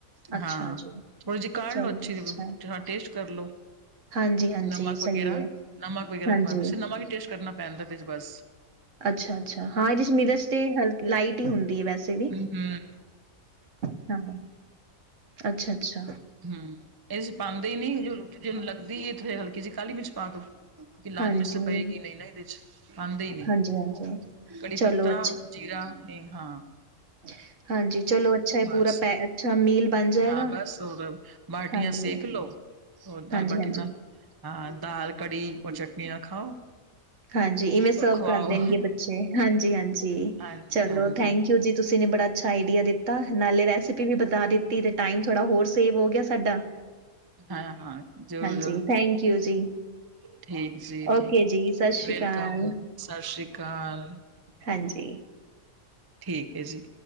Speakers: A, on the right; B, on the right.
A: ਅੱਛਾ
B: ਹਾਂ!
A: ਜੀ,
B: ਥੋੜੀ ਜਹੀ ਕਾਢ
A: ਚਲਿਏ
B: ਲੌ ਅੱਛੀ
A: ਅੱਛਾ।
B: ਜ਼ਵੇ। ਹਾਂ! ਟੇਸਟ ਕਰ ਲੋ।
A: ਹਾਂਜੀ-ਹਾਂਜੀ,
B: ਨਮਕ
A: ਸਹੀ
B: ਵਗੈਰਾ,
A: ਹੈ,
B: ਨਮਕ ਵਗੈਰਾ
A: ਹਾਂਜੀ।
B: ਫਾ। ਤੁਸੀ ਨਮਕ ਹੀ ਟੇਸਟ ਕਰਨਾ। ਪੈਣ ਤਤੇ 'ਚ ਬਸ।
A: ਅੱਛਾ ਅੱਛਾ ਹਾਂ ਇਹਦੇ ਚ ਮਿਰਚ ਤੇ ਹਲ ਲਾਈਟ ਹੀ ਹੁੰਦੀ ਹੈ ਵੈਸੇ ਵੀ
B: ਹੂੰ ਹੂੰ
A: ਹਾ ਅੱਛਾ ਅੱਛਾ
B: ਹੂੰ ਇਹ ਚ ਪਾਉਂਦੇ ਹੀ ਨੀ ਰੋਟੀ ਜਿਹਨੂੰ ਲੱਗਦੀ ਫਿਰ ਹਲਕੀ ਜਹੀ ਕਾਲੀ ਮਿਰਚ ਪਾ ਦੋ ਕਿ ਲਾਲ
A: ਹਾਂਜੀ,
B: ਮਿਰਚ ਤਾਂ ਪਏਗੀ ਨਹੀਂ ਨਾ ਇਹਦੇ ਚ ਖਾਂਦੇ ਹੀ ਨਹੀਂ
A: ਹਾਂਜੀ-ਹਾਂਜੀ।
B: ਕੜੀ
A: ਚਲੋ
B: ਪੱਤਾ ਜੀ ਹਾਂ
A: ਹ ਹਾਂਜੀ, ਚਲੋ ਅੱਛਾ
B: ਬਸ
A: ਪੂਰਾ ਪੈ ਅੱਛਾ ਮੀਲ ਬਣ ਜਾਏਗਾ।
B: ਹਾਂ ਬਸ ਹੋਰ ਬਾਟੀਆਂ
A: ਹਾਂਜੀ।
B: ਸੇਕ ਲੋ ਦਾਲ
A: ਹਾਂਜੀ-ਹਾਂਜੀ।
B: ਬਾਟੀ ਨਾਲ ਹ ਦਾਲ ਕੜੀ ਔਰ ਚਟਨੀਆ ਖਾਓ
A: ਹਾਂਜੀ ਇਵੇਂ ਸਰਵ
B: ਔਰ ਖਵਾਓ।
A: ਕਰ ਦੇਣਗੇ ਬੱਚੇ ਹਾਂਜੀ ਹਾਂਜੀ
B: ਹਾਂਜੀ-ਹਾਂਜੀ
A: ਚਲੋ ਥੈਂਕ ਯੂ ਜੀ ਤੁਸੀਂ ਨੇ ਬੜਾ ਅੱਛਾ ਆਈਡੀਆ ਦਿੱਤਾ ਨਾਲੇ ਰੈਸਪੀ ਵੀ ਬਤਾ ਦਿੱਤੀ ਤੇ ਟਾਈਮ ਥੋੜਾ ਹੋਰ ਸੇਵ ਹੋ ਗਿਆ ਸਾਡਾ
B: ਹਾਂ ਹਾਂ ਜ਼ਰੂਰ
A: ਹਾਂਜੀ
B: ਜ਼ਰੂਰ
A: ਥੈਂਕ ਯੂ ਜੀ।
B: ਠੀਕ ਜੀ ਥੈਂਕ
A: ਓਕੇ
B: ਯੂ
A: ਜੀ, ਸਤਿ ਸ਼੍ਰੀ
B: ਵੈਲਕਮ
A: ਅਕਾਲ,
B: ਸਤਿ ਸ੍ਰੀ ਅਕਾਲ
A: ਹਾਂਜੀ।
B: ਠੀਕ ਹੈ ਜੀ